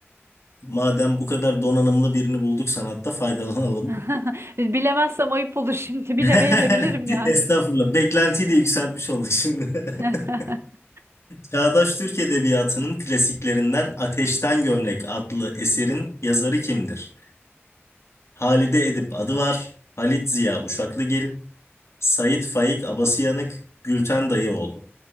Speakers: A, on the left; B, on the right.
A: Madem bu kadar donanımlı birini bulduk sanatta faydalanalım.
B: <laughs> Bilemezsem ayıp olur şimdi. <laughs> Bilemeye
A: <laughs>
B: de bilirim yani.
A: Estağfurullah. Beklentiyi de yükseltmiş olduk şimdi.
B: <laughs>
A: <laughs> Çağdaş Türk Edebiyatı'nın klasiklerinden Ateşten Gömlek adlı eserin yazarı kimdir? Halide Edip Adıvar, Halit Ziya Uşaklıgil, Sait Faik Abasıyanık, Gülten Dayıoğlu.